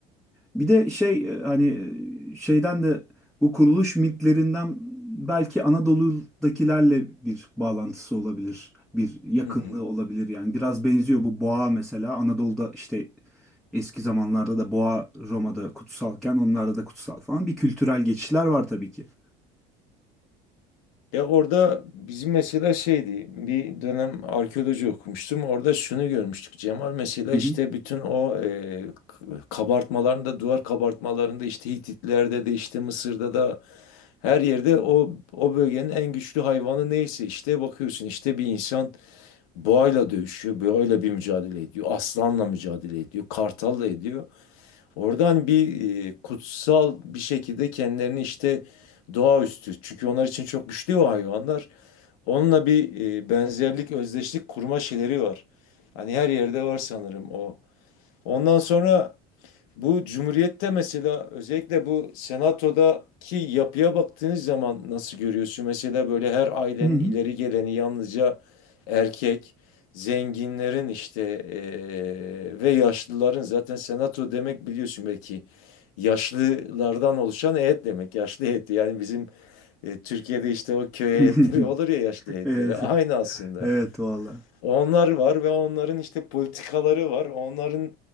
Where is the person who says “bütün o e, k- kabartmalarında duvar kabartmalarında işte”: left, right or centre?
Left